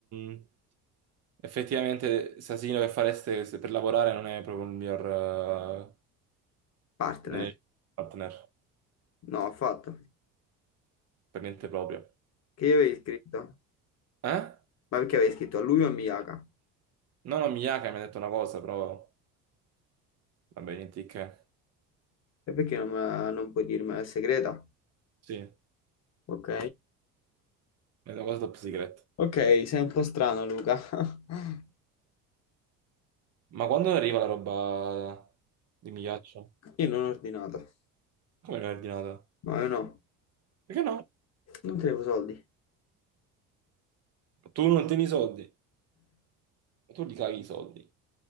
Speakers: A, on the right; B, on the left.
A: mm, effettivamente Sasino che fareste se- per lavorare non è proprio il miglior eh,
B: partner?
A: non è il partner,
B: No, ho fatto.
A: per niente proprio.
B: Che io avevi scritto?
A: Eh?
B: Ma perché avevi scritto a lui o a Miyaka?
A: No, no, Miyake mi ha detto una cosa, però... Vabbè, niente di che.
B: E perché non, me la- non puoi dirmela è segreta?
A: Sì, è
B: Ok.
A: una cosa top secret.
B: Ok, sei un po' strano, Luca. <laughs>
A: Ma quando arriva la roba di Migliaccio?
B: Io non ho ordinato.
A: Come l'hai ordinato?
B: No, io no.
A: Perché no?
B: Non tenevo soldi. Eh,
A: Tu non tieni i soldi? E tu li cavi i soldi,